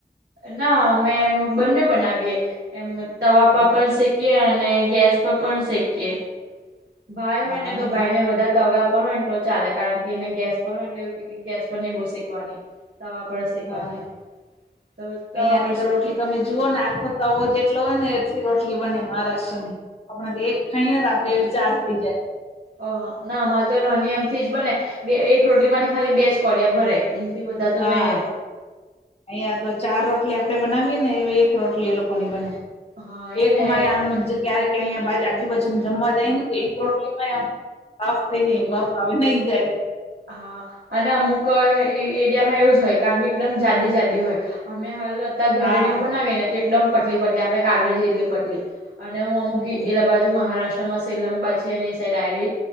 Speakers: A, on the right (about 85°); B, on the left (about 35°).
A: ના અમે એમ બંને બનાવીએ એમ તવા પર
B: હા
A: પણ શીખ એ અને ગેસ પર પણ શેકીએ ભાઈ
B: હા
A: હોય ને તો ભાઈ ને બધા તવા પણ હોય. ચાલે કારણ કે એને ગેસ પર હોય બવું ગેસ પર નહી શકવાની તવા શેખવાની
B: હા
A: એમ તો તવા
B: અહિયાંની
A: પર
B: તો
A: શકીએ.
B: રોટલી તમે જુઓ ને આખો તવો જેટલો હોય ને એટલી રોટલી બને મહારાષ્ટ્ર ની આપણા એક ખાઈને રાતે એ ચાર ખઈ જાય.
A: ઓહ ના આમારે તો રાની આમ થી જ બને બે એક રોટલી માંથી ખાલી બે જ કોલિયા ભરાય. એમથી બધા તો
B: હા.
A: નહી જ
B: અહિયાં તો ચાર રોટલી આપણે બનાવીય ને એક રોટલી એ લોકોની બને.
A: હા એ
B: એક
A: ને
B: આમ ક્યારેક અહીયા આજુબાજુ જમવા જાય ને તો એક રોટલીમાંય આમ બાફ થઈ જાય બાફ આવે નહી જાય.
A: હા, અને અમુક એરિયામાં એવું જ હોય કારણ કે એકદમ જાડી જાડી હોય અમે હાલ અ ઘરે
B: હા
A: ને એવું બનાવીએ ને એકદમ પટલી પટલી આપણે કાગળ એટલી પટલી અને હું અમુક
B: હમ
A: એ બાજુ મહારાષ્ટ્રમાં લંબા છે એ સાઈડ આવેલી